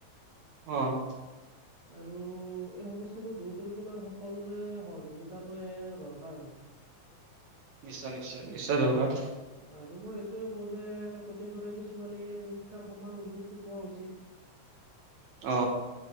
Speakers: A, on the right; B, on the right.
A: অঁ।
B: আৰু এই সমস্যাবোৰ দূৰ কৰিবলৈ সকলোৰে সহযোগিতাটোয়ে দৰকাৰ হয়।
A: নিশ্চয়-নিশ্চয়? নিশ্চয় দৰকাৰ।
B: অ'। আৰু মই এইটোয়ে কওঁ যে প্ৰতিগৰাকী ছোৱালীয়ে শিক্ষাৰ সমান সুযোগটো পোৱা উচিত।
A: অ,